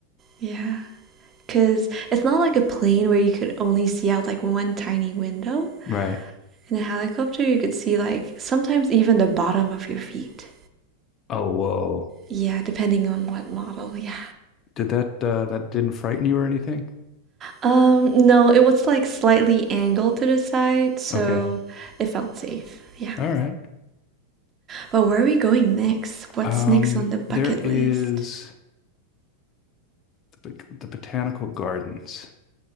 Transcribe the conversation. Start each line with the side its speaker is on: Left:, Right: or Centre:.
Right: Yeah, because it's not like a plane where you could only see out like one tiny window.
Left: Right.
Right: In a helicopter, you could see like sometimes even the bottom of your feet.
Left: Oh, whoa.
Right: Yeah, depending on what model. Yeah.
Left: Did that uh that didn't frighten you or anything?
Right: Um, no, it was like slightly angled to the side, so
Left: Okay.
Right: it felt safe. Yeah.
Left: All right.
Right: But where are we going next? What's
Left: Um,
Right: next on the bucket
Left: there is
Right: list?
Left: the bo- the botanical gardens.